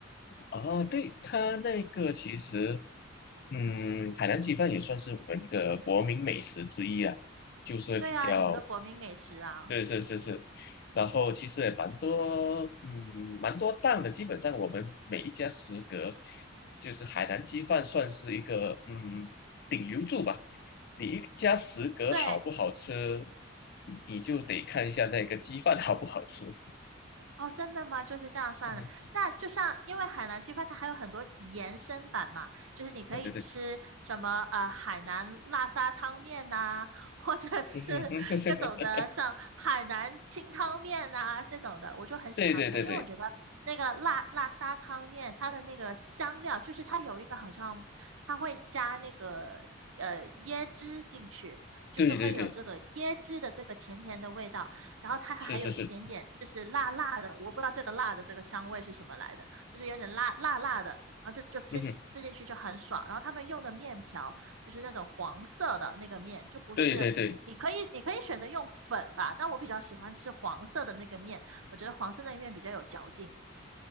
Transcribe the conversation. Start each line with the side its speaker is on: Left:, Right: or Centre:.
Left: 哦，对，它那个其实，嗯，海南鸡饭也算是我们一个国民美食之一啊，就是比较，
Right: 对啊，你们的国民美食啊。
Left: 对，是是是，然后其实也蛮多，嗯，蛮多档的，基本上我们每一家食阁，就是海南鸡饭算是一个，嗯，顶流柱吧。你一家食阁好不好吃，
Right: 对，
Left: 你就得看一下那个鸡饭好不好吃。<laughs>
Right: 哦，真的吗？就是这样算的。
Left: 对
Right: 那就像，因为海南鸡饭它还有很多延伸版嘛，就是你可以吃什么呃海南辣沙汤面呐、
Left: 对对对 <laughs> 对，
Right: 或者是
Left: 嗯嗯嗯
Right: <laughs> 各种的像海南清汤面呐、这种的，我就很喜欢吃，
Left: <laughs> 对对对对
Right: 因为我觉得那个辣辣沙汤面它的那个香料，就是它有一个好像它会加那个呃椰汁进去，就是会有这个椰汁的这个甜甜的味道。
Left: 对对对，
Right: 然后它还有一点点就是辣辣的，
Left: 是是是。
Right: 我不知道这个辣的这个香味是什么来的，就是有点辣辣辣的，然后就就吃起吃进去就很爽。
Left: 嗯哼，
Right: 然后他们用的面条就是那种黄色的那个面，就不是你可以你可以选择用粉吧，
Left: 对对对，诶
Right: 但我比较喜欢吃黄色的那个面，我觉得黄色那个面比较有嚼劲。